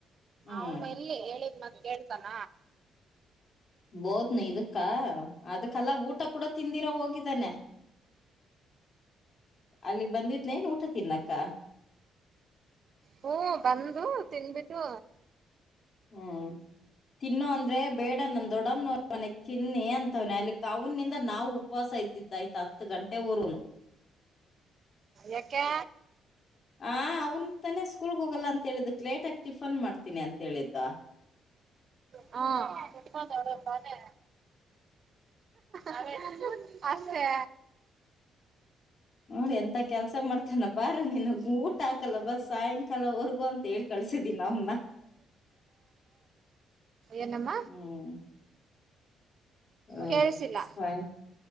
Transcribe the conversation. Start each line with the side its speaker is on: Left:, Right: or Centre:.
Left: ಹ್ಮ್
Right: ಅವನು ಎಲ್ಲಿ ಹೇಳಿದ್ ಮತ್ ಹೇಳ್ತಾನ?
Left: ಬೋದ್ನ ಇದಕ್ಕ? ಅದಕ್ ಕಲ ಊಟ ಕೂಡ ತಿಂದಿರ ಹೋಗಿದ್ದಾನೆ, ಅಲ್ಲಿಗ್ ಬಂದಿದ್ನೇನ್ ಊಟ ತಿನ್ನಕ್? ಕ್ಕಾ
Right: ಹ್ಮ ಬಂದು ತಿನ್ಬಿಟ್ಟು
Left: ಹ್ಮ್- ತಿನ್ನೋ ಅಂದ್ರೆ ಬೇಡ ನ ದೊಡಮ್ನೋರ್ ಮನೆಗ್ ತಿನ್ನಿ ಅಂತವ್ನೆ, ಅಲ್ಲಿ ಕಾವ್ನಿಂದ ನಾವ್ ಉಪವಾಸ ಇದ್ದಿದ್ದಾಯ್ತ ಹತ್ತು ಗಂಟೆ ವರುನು
Right: ಯಾಕೆ
Left: ಹ ಅವ್ನ್ ತಾನೇ ಸ್ಕೂಲ್ ಹೋಗಲ್ಲ ಅಂತ ಹೇಳಿದ್ದಕ್ ಲೇಟ್ ಆಗಿ ಟಿಫನ್ ಮಾಡ್ತನಿ ಅಂತ ಹೇಳಿದ್ ತ್ತಾ
Right: ಹಾ ತುಂಬದ್ ಅವ್ರೇ ತಾನೇ? <inaudible> ಅಷ್ಟೇ
Left: ಹು ಎಂತ ಕೆಲ್ಸ ಮಾಡ್ತೇನಬ್ ಬಾರ ನೀನು ಊಟ ಹಾಕಲ್ಲ ಬಾ ಸಾಯಂಕಾಲ ಹೊರ್ಗೂ ಅಂತ ಹೇಳ್ ಕಳ್ಸಿದೀನಿ ಅವನ್ನ.
Right: ಏನಮ್ಮ
Left: ಹ್ಮ್ <unintelligible>
Right: ಕೇಳಿಸಿಲ್ಲ